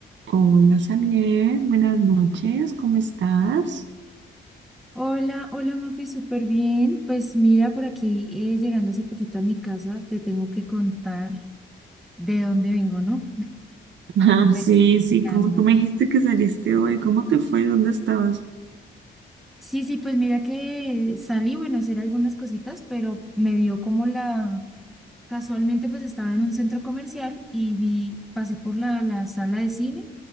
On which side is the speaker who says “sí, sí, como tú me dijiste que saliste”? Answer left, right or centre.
Right